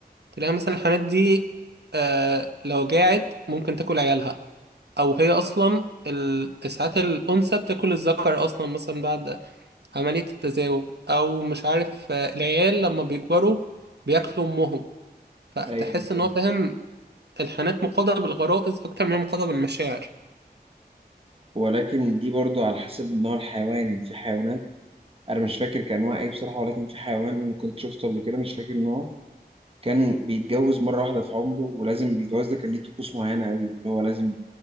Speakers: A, on the right; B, on the right.
A: تلاقي مثلا الحيوانات دي آه لو جاعت ممكن تاكل عيالها أو هي أصلا ال... ساعات الأنثى بتاكل الذكر أصلا مثلا بعد عملية التزاوج أو مش عارف آه، العيال لما بيكبروا بياكلوا أمهم فتحس
B: ايوه أيوة،
A: إن
B: فاهم.
A: هو فاهم الحانات مقاضة بالغرائز أكتر من مقاضة بالمشاعر
B: ولكن دي برضو على حسب نوع الحيوان يعني في حيوانات انا مش فاكر كان انواع ايه بصراحه ولكن في حيوان انا كنت شفته قبل كده مش فاكر نوعه كان بيتجوز مره واحده في عمره ولازم الجواز ده كان ليه طقوس معينه قوي اللي هو لازم